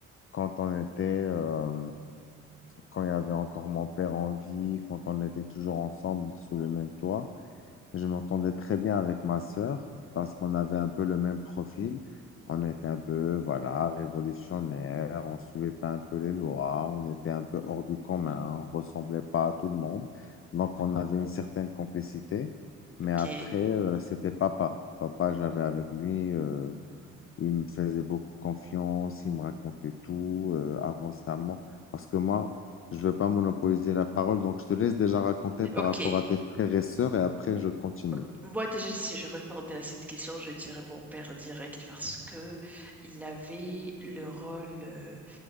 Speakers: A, on the left; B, in the centre.
A: quand on était, euh, quand il y avait encore mon père en vie, quand on était toujours ensemble sous le même toit, je m'entendais très bien avec ma sœur parce qu'on avait un peu le même profil. On était un peu, voilà, révolutionnaire, on suivait pas un peu les lois, on était un peu hors du commun, on ressemblait pas à tout le monde. Donc, on avait une certaine complicité. Mais
B: Ok,
A: après, euh, c'était papa. Papa, j'avais avec lui. euh, il me faisait beaucoup confiance, il me racontait tout euh, avant sa mort. Parce que moi, je ne veux pas monopoliser la parole, donc je te laisse déjà raconter par
B: ok.
A: rapport à tes frères et sœurs et après je continue.
B: Ok, Moi, déjà, si je répondais à cette question, je dirais mon père direct parce que il avait le rôle euh,